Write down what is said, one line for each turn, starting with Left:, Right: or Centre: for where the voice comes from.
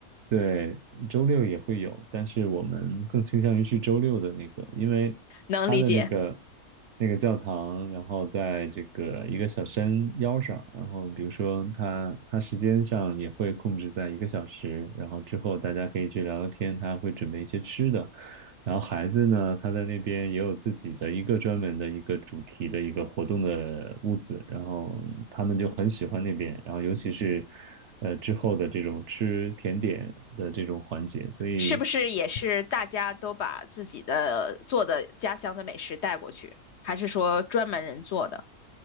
Right: 对，周六也会有，但是我们更倾向于去周六的那个，因为它的那个
Left: 能理解。
Right: 那个教堂，然后在这个一个小山腰上，然后比如说它它时间上也会控制在一个小时，然后之后大家可以去聊聊天，他会准备一些吃的，然后孩子呢，他在那边也有自己的一个专门的一个主题的一个活动的屋子，然后他们就很喜欢那边，然后尤其是。呃之后的这种吃甜点的这种环节，所以
Left: 是不是也是大家都把自己的做的家乡的美食带过去，还是说专门人做的？